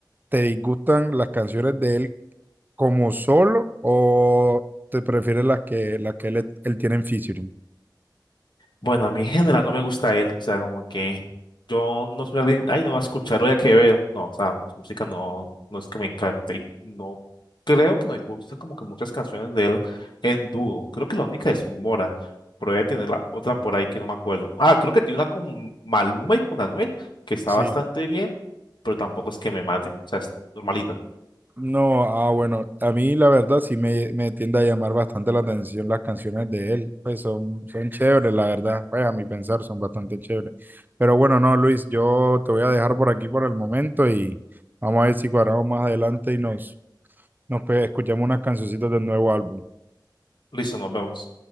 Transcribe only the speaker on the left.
Bueno, a mí en general no me gusta él, o sea, como que yo no soy alguien, ay, no, a escucharlo ya que veo, no, o sea, su música no, no es que me encante y no creo que no me gusten como que muchas canciones de él en dúo, creo que la única es Mora, pero voy a tener la otra por ahí que no me acuerdo. Ah, creo que tiene una con Maluma y con Anuel, que está
bastante bien, pero tampoco es que me mate, o sea, es normalita.
Listo, nos vemos.